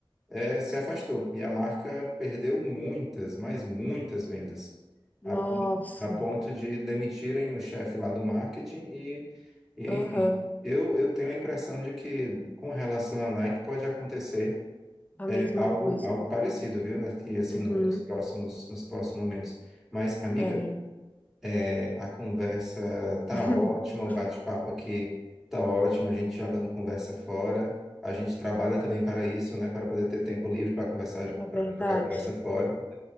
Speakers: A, in the centre; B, on the left.
A: eh, se afastou e a marca perdeu muitas, mas muitas vendas,
B: Nossa.
A: a, pon- a ponto de demitirem o chefe lá do marketing e, e
B: Aham.
A: enfim. Eu, eu tenho a impressão de que com relação à Nike pode acontecer
B: A
A: eh,
B: mesma
A: algo,
B: coisa.
A: algo parecido, viu? Aqui, assim,
B: Uhum.
A: no- nos próximos, nos próximos momentos. Mas, amiga,
B: É.
A: é, A conversa tá
B: <laughs>
A: ótima, o bate-papo aqui tá ótimo, a gente jogando conversa fora. A gente trabalha também para isso, né? Para poder ter tempo livre para conversar,
B: É verdade.
A: para jogar conversa fora.